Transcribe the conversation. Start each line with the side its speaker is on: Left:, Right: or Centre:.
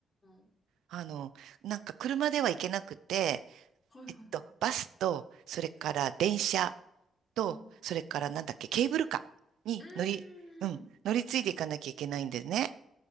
Left: ん。
Right: あの、なんか車では行けなくて、
Left: はい、
Right: えっと、
Left: はい、はい。
Right: バスと、それから電車と、
Left: うん。
Right: それからなんだっけ、ケーブルカーに乗り、
Left: うーん。
Right: うん、乗り継いでいかなきゃいけないんですね。